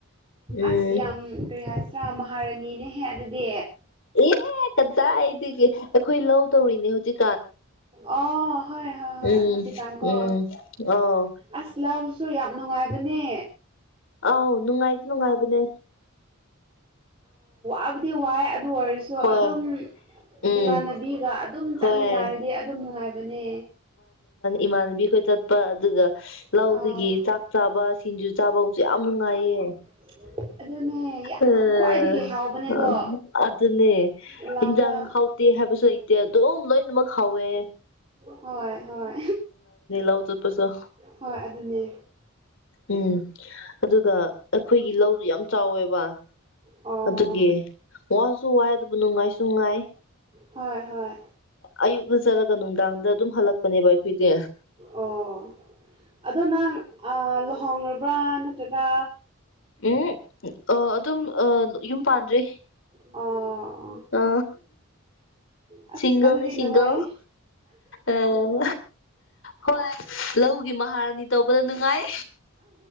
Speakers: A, on the left; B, on the right.
A: ꯎꯝ
B: ꯑꯁ ꯌꯥꯝ ꯀꯔꯤ ꯍꯥꯏꯁꯤ꯭ꯔꯥ ꯃꯍꯥꯔꯥꯅꯤꯅꯦꯍꯦ ꯑꯗꯨꯗꯤ
A: ꯑꯦ ꯀꯗꯥꯏꯗꯤꯒꯦ ꯑꯩꯈꯣꯏ ꯂꯧ ꯇꯧꯔꯤꯅꯦ ꯍꯧꯖꯤꯛ
B: ꯑ ꯍ ꯍ ꯍ
A: ꯎꯝ
B: ꯍꯧꯖꯤ ꯀ ꯀ
A: ꯎꯝ ꯑꯧ
B: ꯑꯁ ꯂꯥꯎꯁꯨ ꯌꯥꯝ ꯅꯨꯡꯉꯥꯏꯕꯅꯦ
A: ꯑꯥꯎ ꯅꯨꯡꯉꯥꯏꯗꯤ ꯅꯨꯡꯉꯥꯏꯕꯅꯦ
B: ꯑꯗꯤ ꯋꯥ ꯑꯗꯨ ꯑꯣꯏꯔꯁꯨ
A: ꯍꯣꯏ
B: ꯑꯗꯨꯝ
A: ꯎꯝ
B: ꯏꯃꯥꯟꯅꯕꯤꯒ ꯑꯗꯨꯝ ꯆꯠꯃꯤꯟꯅꯔꯗꯤ
A: ꯍꯣꯏ
B: ꯑꯗꯨꯝ ꯅꯨꯡꯉꯥꯏꯕ ꯑꯗꯨꯕꯅꯦ
A: ꯏꯃꯥꯟꯅꯕꯤꯈꯣꯏ ꯆꯠꯄ ꯑꯗꯨꯒ ꯂꯧꯗꯒꯤ
B: ꯑꯥ
A: ꯆꯥꯛ ꯆꯥꯕ ꯁꯤꯡꯖꯨ ꯆꯥꯕ ꯍꯧꯁꯨ ꯌꯥꯝ ꯅꯨꯡꯉꯥꯏꯌꯦ
B: ꯎ ꯑꯗꯨꯅꯦ ꯌꯥꯝ
A: ꯑ
B: ꯈ꯭ꯋꯥꯏꯗꯒꯤ ꯍꯥꯎꯕꯅꯦꯗꯣ
A: ꯑꯗꯨꯅꯦ
B: ꯑꯂꯥꯎꯗ
A: ꯏꯟꯖꯥꯡ ꯍꯥꯎꯇꯦ ꯍꯥꯏꯕꯁꯨ ꯏꯇꯦ ꯑ ꯑꯗꯨꯝ ꯂꯣꯏꯅꯃꯛ ꯈꯥꯎꯋꯦ
B: ꯍꯣꯏ ꯍꯣꯏ
A: ꯌꯥ ꯇꯁ
B: ꯍꯣꯏ ꯑꯗꯨꯅꯦ
A: ꯎꯝ ꯑꯗꯨꯒ ꯑꯩꯈꯣꯏꯒꯤ ꯂꯧꯗꯨ ꯌꯥꯝ ꯆꯥꯎꯋꯦꯕ
B: ꯑꯣ
A: ꯑꯗꯨꯒꯤ ꯋꯥꯁꯨ ꯋꯥꯏ ꯑꯗꯨꯕꯨ ꯅꯨꯡꯉꯥꯏꯁꯨꯉꯥꯏ
B: ꯍꯣꯏ ꯍꯣꯏ
A: ꯑꯌꯨꯛꯅ ꯆꯠꯂꯒ ꯅꯨꯡꯗꯥꯡꯗ ꯑꯗꯨꯝ ꯍꯜꯂꯛꯄꯅꯦꯕ ꯑꯩꯈꯣꯏꯁꯦ
B: ꯑꯣ ꯑꯗꯣ ꯅꯪ ꯂꯨꯍꯣꯡꯔꯕ꯭ꯔꯥ ꯅꯠꯇ꯭ꯔꯒ
A: ꯎꯝ ꯑ ꯑꯗꯨꯝ ꯌꯨꯝ ꯄꯥꯟꯗ꯭ꯔꯦ
B: ꯑꯥ
A: ꯑ
B: ꯑꯁ
A: ꯁꯤꯁꯤꯡꯒꯗ
B: ꯑꯗꯨꯗꯤ
A: ꯁꯤꯁꯤꯡꯒ
B: ꯅꯨꯡꯉꯥꯏ
A: ꯎꯝ ꯍꯣꯏ ꯂꯧꯒꯤ ꯃꯍꯥꯔꯥꯅꯤ ꯇꯧꯕꯗ ꯅꯨꯡꯉꯥꯏ